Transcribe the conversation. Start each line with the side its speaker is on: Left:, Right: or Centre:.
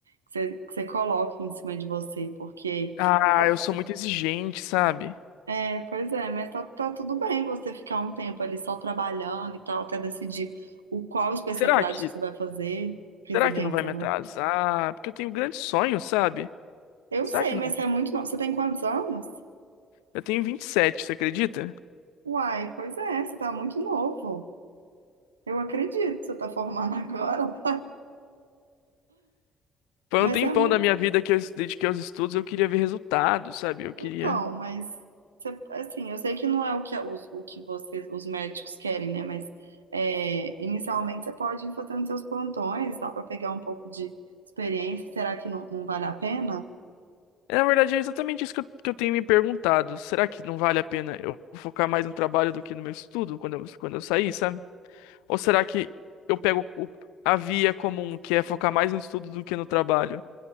Right: que você, que você coloca em cima de você, porque,
Left: Ah,
Right: tá-
Left: eu sou muito exigente, sabe?
Right: é, pois é, mas tá, tá tudo bem você ficar um tempo ali só trabalhando e tal, até decidir o qual especialidade
Left: Será que,
Right: que você vai fazer, residência,
Left: será que não vai me
Right: né?
Left: atrasar? Porque eu tenho grandes sonhos, sabe?
Right: Eu
Left: Será
Right: sei,
Left: que não?
Right: mas você é muito novo, você tem quantos anos?
Left: Eu tenho 27, você acredita?
Right: Uai, pois é, você tá muito novo, eu acredito, você tá formando <laughs> agora,
Left: Foi
Right: mas
Left: um tempão
Right: você é muito
Left: da minha vida que eu dediquei aos estudos, eu queria ver resultados, sabe? Eu queria.
Right: Então, mas cê- assim, eu sei que não é o que os, o que vocês, os médicos querem, né? Mas é, inicialmente você pode ir fazendo seus plantões, dá para pegar um pouco de experiência. Será que não, não vale a pena?
Left: É, na verdade, é exatamente isso que eu, que eu tenho me perguntado. Será que não vale a pena eu focar mais no trabalho do que no meu estudo quando eu, quando eu sair, sabe? Ou será que eu pego o- a via comum, que é focar mais no estudo do que no trabalho?